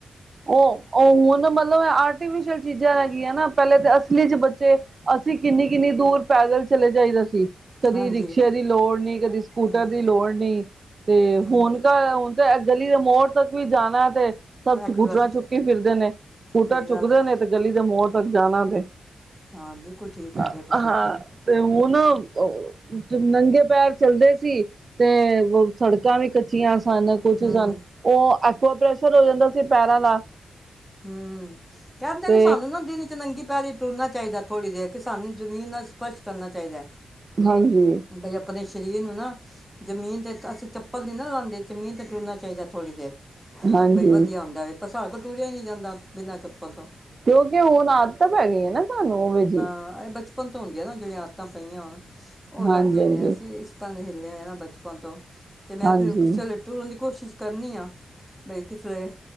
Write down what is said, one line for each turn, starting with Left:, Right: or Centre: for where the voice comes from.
Right: ਔ-ਔ ਹੁਣ ਮਤਲਬ ਆਰਟੀਫਿਸ਼ਲ ਚੀਜ਼ਾਂ ਦਾ ਕੀ ਏਨਾ ਅਸਲੀ 'ਚ ਬੱਚੇ ਅਸੀਂ ਕਿੰਨੀ-ਕਿੰਨੀ ਦੂਰ ਪੈਦਲ ਚਲੇ ਜਾਈਦਾ ਸੀ। ਕਦੀ
Centre: ਹਾਂਜੀ
Right: ਰਿਕਸ਼ੇ ਦੀ ਲੋੜ ਨੀ ਕਦੀ ਸਕੂਟਰ
Centre: ਹੂੰ
Right: ਦੀ ਲੋੜ ਨੀ ਤੇ
Centre: ਹੂੰ
Right: ਹੁਨ <unintelligible> ਹੁਣ ਤਾਂ ਗਲੀ ਦੇ ਮੋੜ ਤੱਕ ਵੀ ਜਾਣਾ ਏਤੇ ਸਬ
Centre: ਐਕਟਿਵਾ
Right: ਸਕੂਟਰਾਂ
Centre: 'ਤੇ
Right: ਚੁੱਕੀ ਫਿਰਦੇ ਨੇ ਸਕੂਟਰ
Centre: ਸਹੀ
Right: ਚੁੱਕਦੇ
Centre: ਗੱਲ ਹੈ
Right: ਨੇ ਤੇ ਗਲੀ ਦੇ ਮੋਰ ਤੱਕ ਜਾਣਾ ਤੇ।
Centre: ਹਾਂ ਬਿਲਕੁਲ ਠੀਕ ਕਹਿ
Right: ਹਾਂ
Centre: ਰਹੇ ਹੋ ਤੁਸੀਂ
Right: ਤੇ <unintelligible> ਜ ਨੰਗੇ ਪੈਰ ਚੱਲਦੇ ਸੀ ਤੇ ਸੜਕਾਂ ਵੀ ਕੱਚੀਆਂ ਸਨ ਕੁਛ
Centre: ਹੂੰ
Right: ਸਨ ਔ ਐਕੁਆ ਪ੍ਰੈਸ਼ਰ ਹੋ ਜਾਂਦਾ ਸੀ ਪੈਰਾਂ ਦਾ।
Centre: ਹਮ-ਮ-ਮ ਕਹਿੰਦੇ
Right: ਤੇ
Centre: ਨੇ ਸਾਨੂੰ ਨਾ ਦਿਨ 'ਚ ਨੰਗੀ ਪੈਰੀ ਟੁਰਨਾ ਚ ਈਦਾ ਥੋੜ੍ਹੀ ਦੇਰ ਕਿ ਸਾਨੂੰ ਜ਼ਮੀਨ ਨਾਲ ਸਪਸ਼ ਕਰਨਾ ਚਾਈਦਾ।
Right: ਹਾਂਜੀ।
Centre: ਬਈ ਆਪਨੇ ਸ਼ਰੀਰ ਨੂੰ ਨਾ ਜ਼ਮੀਨ ਤੇ ਅਸੀਂ ਚੱਪਲ ਨੀ ਨਾ ਲਾਂਦੇ ਜ਼ਮੀਨ ਤੇ ਟੁਰਨਾ ਚਾਹੀਦਾ ਥੋੜ੍ਹੀ ਦੇਰ।
Right: ਹਾਂਜੀ
Centre: ਬਈ ਵਧੀਆ ਹੁੰਦਾ ਏ, ਪਰ ਸਾਡੇ ਤੋਂ ਟੂਰਿਆ ਈ ਨਈ ਜਾਂਦਾ ਬਿਨਾਂ ਚੱਪਲ ਤੋਂ।
Right: ਕਿਉਂਕਿ ਹੁਨ ਆਦਤਾਂ ਪੈ ਗਈ ਨਾ ਤੁਾਨੂੰ ਉਵੇ ਜੀ।
Centre: ਹਾਂ, ਐ ਬਚ ਪਨ ਤੋਂ ਹੁੰਦੀਆਂ ਨਾ ਜੇੜੀਆਂ ਆਦਤਾਂ ਪਈਆਂ ਹੋਨ। ਔ
Right: ਹਾਂਜੀ,
Centre: ਰੇਦੀਆਂ
Right: ਹਾਂਜੀ,
Centre: ਨੇ ਅਸੀਂ ਇਸ ਤਰ੍ਹਾਂ ਦੇ ਹਿੱਲੇ ਹੋਏ ਨਾ ਬਚਪਨ ਤੋਂ ਤੇ ਮੈਂ
Right: ਹਾਂਜੀ,
Centre: ਫਿਰ ਕਿਸੇ ਵੇਲੇ ਤੁਰਨ ਦੀ ਕੋਸ਼ਿਸ਼ ਕਰਨੀ ਆ ਬਈ ਕਿਸ ਵੇਲੇ